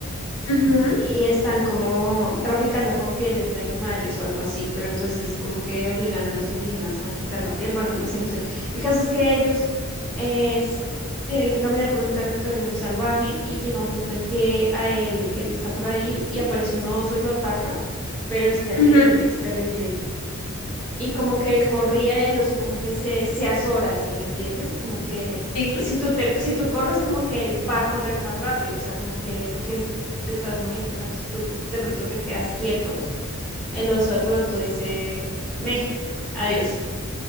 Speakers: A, on the left; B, in the centre.
A: Ujú.
B: y están como traficando con pieles de animales o algo así, pero entonces como que obligan a los indígenas a quitar la piel, bueno, algo así, no sé. El caso es que ellos eh, s- tienen que caminar por un territorio muy salvaje y llega un punto en que a él, él está por ahí y aparece un oso y lo ataca, pero es terrible,
A: Ujú,
B: es terrible y como que él corría y el oso como que se, se azora, ¿sí me entiendes? Como que
A: sí.
B: si tú te, si tú corres, como que él va a correr más rápido, o sea, como que porque es- te estás moviendo. En cambio, si tú de pronto te quedas quieto, el oso de pronto dice, meh, adiós.